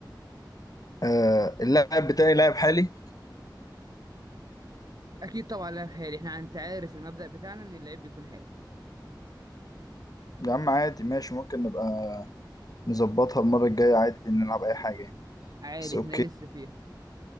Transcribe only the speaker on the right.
اكيد طبعا لعب حالي احنا انت عارف المبدأ بتاعنا ان اللعيب بيكون حالي
عادي
احنا لسه فيها